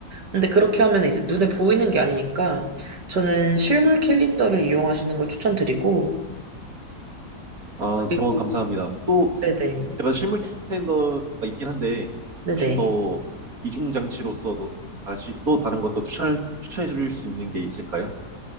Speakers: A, on the right (about 80°); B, on the right (about 55°).
A: 근데 그렇게 하면 이제 눈에 보이는 게 아니니까 저는 실물 캘린더를 이용하시는 걸 추천드리고
B: 아,
A: 그리고
B: 조언 감사합니다. 또
A: 네네
B: 제가 실물 캘린더가 있긴 한데
A: 네네
B: 혹시 더 이중 장치로서도 다시 또 다른 것도 추천해 추천해 드릴 수 있는 게 있을까요?